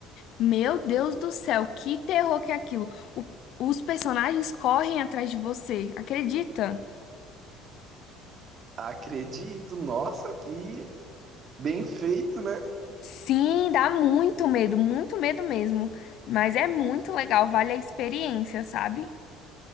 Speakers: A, on the left (about 50°); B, on the right (about 40°).
A: meu Deus do céu, que terror que é aquilo. O- os personagens correm atrás de você, acredita?
B: acredito. Nossa, que bem feito, né?
A: Sim, dá muito medo, muito medo mesmo. Mas é muito legal, vale a experiência, sabe?